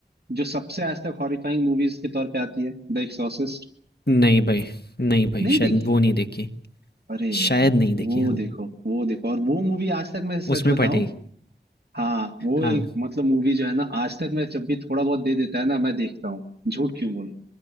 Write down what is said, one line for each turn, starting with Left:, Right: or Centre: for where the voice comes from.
Right: जो सबसे आज तक हॉरिफाइंग मूवीज के तौर पे आती है द एक्सॉर्सिस्ट
Left: नहीं भाई नहीं भाई
Right: नहीं
Left: शायद
Right: देखी
Left: वो नहीं देखी
Right: अरे यार
Left: शायद नहीं देखी
Right: वो
Left: हाँ
Right: देखो वो देखो और वो मूवी आज तक मैं सच
Left: उसमें
Right: बताऊं
Left: फटेगी
Right: हाँ वो
Left: हाँ
Right: एक मतलब मूवी जो है ना आज तक मैं जब भी थोड़ा बहुत दे देता है ना मैं देखता हूँ झूठ क्यों बोलूं